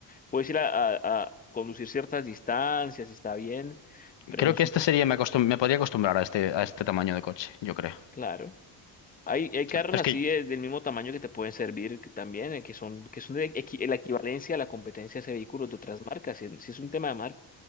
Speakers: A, on the left (about 20°); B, on the left (about 65°).
A: puedes ir a, a- a conducir ciertas distancias y está bien, pero
B: Creo
A: no es
B: que este
A: un,
B: sería, me acostum- me podría acostumbrar a este, a este tamaño de coche, yo creo.
A: claro. Hay, hay
B: Pero
A: carros
B: es
A: así
B: que,
A: de- del mismo tamaño que te pueden servir que también, eh, que son, que son de equi- la equivalencia a la competencia de ese vehículo de otras marcas. Si, si es un tema de marca.